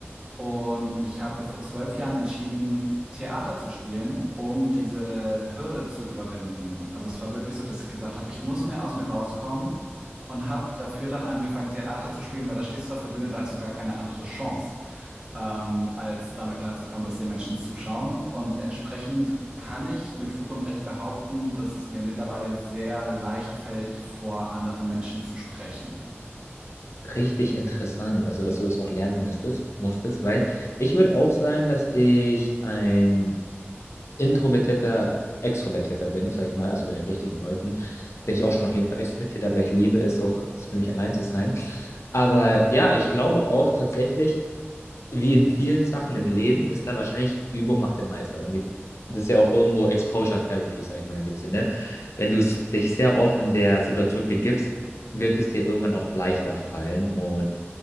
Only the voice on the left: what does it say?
Richtig interessant, also dass du das auch lernen müsstest, musstest, weil ich würde auch sagen, dass ich ein introvertierter Extrovertierter bin, sag ich mal, also mit den richtigen Leuten bin ich auch schon auf jeden Fall extrovertiert, aber ich liebe es auch, es für mich allein zu sein. Aber ja, ich glaube auch tatsächlich, wie in vielen Sachen im Leben ist da wahrscheinlich Übung macht den Meister. Und die, das ist ja auch irgendwo Exposure Therapy, sag ich mal in dem Sinne. Wenn du s- dich sehr oft in der Situation begibst, wird es dir irgendwann auch leichter fallen. Und